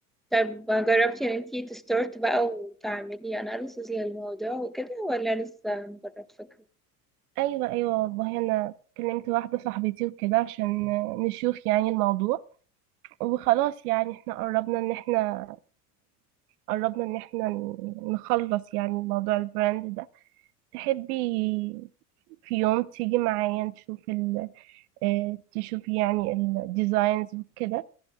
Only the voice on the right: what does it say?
ايوه ايوه والله انا كلمت واحدة صاحبتي وكده عشان نشوف يعني الموضوع وخلاص يعني احنا قربنا ان احنا قربنا ان احنا نخلص يعني موضوع البراند ده تحبي في يوم تيجي معايا نشوف ال آه، تشوفي يعني الديزاينز وكده